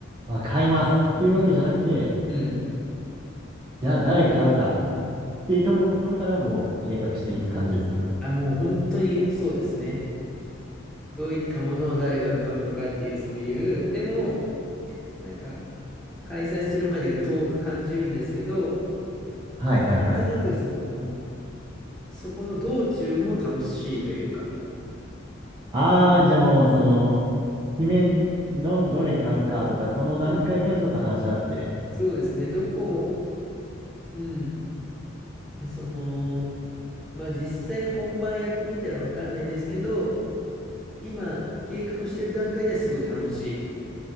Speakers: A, on the right; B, in the centre.
A: まあ、買いますっていうわけじゃなくて、
B: うん。
A: じゃあ、誰買うかっていうところからもう計画していく感じですか
B: あ、もう本当にそうですね。どういったものを誰が買うのかっていう、そういう、でも、なんか開催するまでが遠く感じるんですけど、
A: はいはいはい。
B: なんとなくその、そこの道中も楽しいというか、
A: ああ、じゃあもう、その、決め、ど、どれ買うかとか、その段階からちょっと話し合って。
B: うんうん。そうですね、どこ、うん、その、まあ実際本番やってみたらわかんないですけど、今計画してる段階ではすごい楽し